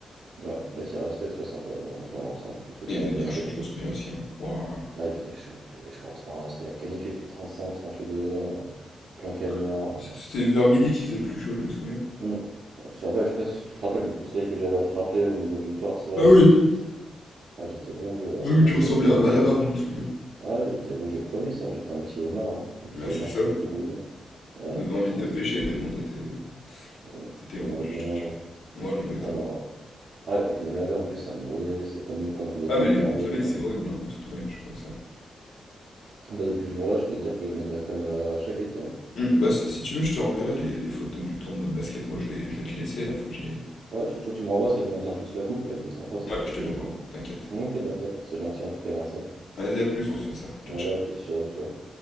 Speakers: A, on the right (about 70°); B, on the left (about 80°).
A: ouais, mais ça restait très sympa dans, dans l'ensemble. Plus le
B: Mais
A: tournoi
B: il faisait
A: de
B: bien
A: basket
B: chaud, je
A: au propos
B: me souviens aussi. hein. Waouh.
A: Ah, il faisait chaud, il faisait, je crois, trente c'était la canif, il fait trente huit degrés. hein. Plein cagnard.
B: Ouais. C'était
A: euh,
B: vers midi qu'il faisait le plus chaud, je me souviens.
A: hum. Je te rappelle, je sais pas si tu te rappelles du coup de soleil que j'avais attrapé au niveau du torse là,
B: Ah oui,
A: et j'étais ah, j'étais rouge, euh,
B: ah
A: rouge,
B: oui, tu ressemblais
A: euh, rouge
B: à un malabar,
A: et cre-
B: je me souviens.
A: ah, ouais, j'étais rouge écrevisse, hein, j'étais un petit homard, hein, un petit
B: Ah,
A: homard
B: c'est ça.
A: tout, tout brûlé. Ouais,
B: On
A: non,
B: avait
A: franchement,
B: envie de te
A: là
B: pêcher
A: c'était.
B: tellement t'étais.
A: hum,
B: C'était
A: Tu
B: rouge,
A: m'aurais bien
B: je
A: mangé.
B: te jure. Voilà, exactement.
A: Ah non, là. Ah, et quand je me lavais en plus, ça me brûlait, c'est quand même quand je me
B: Ah,
A: quand
B: mais
A: je
B: les
A: dormais.
B: coups de soleil,
A: Quand...
B: c'est horrible, hein, surtout quand il fait chaud comme ça.
A: Ah, Bah, depuis ce jour-là, je peux te dire que je mets de la crème euh, chaque été. hein.
B: Hmm, bah, si, si tu veux, je te renverrai les, les photos du tournoi de basket. Moi, je vais, je vais te laisser là, faut que j'y aille.
A: Ouais, je suis chaud, tu me renvoies, c'est où on tient tous la coupe, elle était sympa cette
B: Ouais,
A: photo.
B: je te l'envoie, t'inquiète.
A: euh. Ok, bah top, c'est gentil en tout cas, merci.
B: Vas-y, à plus, on se fait ça.
A: Bon,
B: Ciao, ciao.
A: allez, à plus, ciao, ciao.